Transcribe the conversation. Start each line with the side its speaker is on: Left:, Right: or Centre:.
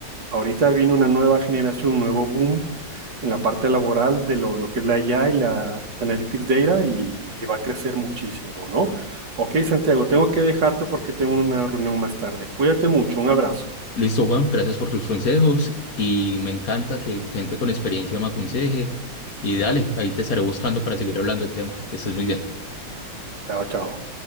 Right: ahorita viene una nueva generación, un nuevo boom en la parte laboral de lo, lo que es la IA y la Analytics Data y, y va a crecer muchísimo, ¿no? Ok, Santiago, tengo que dejarte porque tengo una reunión más tarde. Cuídate mucho, un abrazo.
Left: Listo, Juan, gracias por tus consejos y me encanta que gente con experiencia me aconseje. Y dale, ahí te estaré buscando para seguir hablando del tema. Que estés muy bien.
Right: Chao, chao.